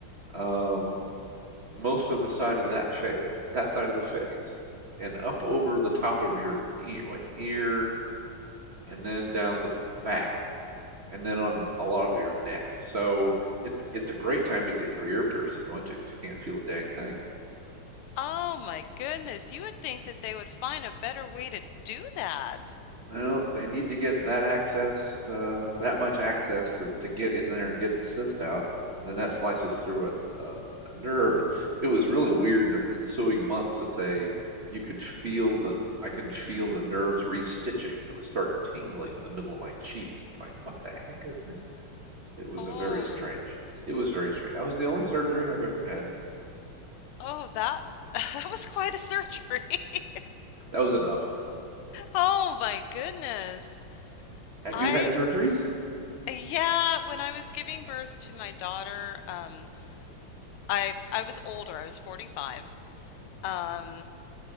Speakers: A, on the right; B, on the left.
A: um, most of the side of that face, that side of the face, and up over the top of your ear, ear and then down the back. and then on a lot of your neck. So it, it's a great time to get your ear pierced if you want to, because you can't feel a dang thing.
B: Oh my
A: Well,
B: goodness. You would think that they would find a better way to do that.
A: No, they need to get that access, uh, that much access to, to get in there and get the cyst out. And then that slices through a, a, a nerve. It was really weird in the ensuing months that they, you could feel the, I can feel the nerves restitching and it would start tingling in the middle of my cheek. Going, what the heck is that? It was
B: Oh.
A: a very strange, it was very strange. That was the only surgery I've ever had.
B: Oh, that <laughs> that was quite a surgery. <laughs>
A: That was enough.
B: Oh my goodness.
A: Have
B: I
A: you had surgeries?
B: yeah, when I was giving birth to my daughter, um I I was older. I was 45. Um